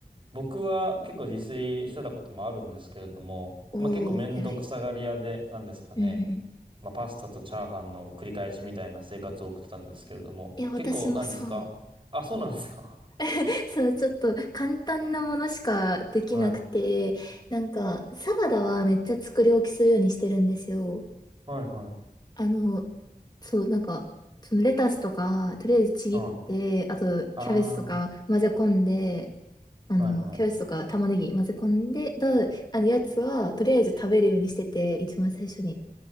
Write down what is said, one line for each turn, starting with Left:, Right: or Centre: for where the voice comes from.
Right: 僕は結構自炊してたこともあるんですけれども、
Left: おー、
Right: まあ結構めんどくさがり屋で、
Left: 偉い。
Right: 何ですかね。
Left: うんうん
Right: まあパスタとチャーハンの繰り返しみたいな生活を送ってたんですけれども、
Left: いや、
Right: 結構何ですかあ、
Left: 私もそう。
Right: そうなんですか。
Left: <laughs> そう、ちょっと簡単なものしかできなくて、
Right: <laughs> はい。
Left: なんか、サラダはめっちゃ作り置きするようにしてるんですよ。
Right: はい、は
Left: あの、そう、なんか、そのレタスとか、とりあえずちぎって、
Right: い。はい。
Left: あと、
Right: あ
Left: キャベツとか混ぜ込んで、あの、
Right: あ、はい、はい。
Left: キャベツとか玉ねぎ混ぜ込んで、だ、あの、やつは、とりあえず食べるようにしてて、一番最初に。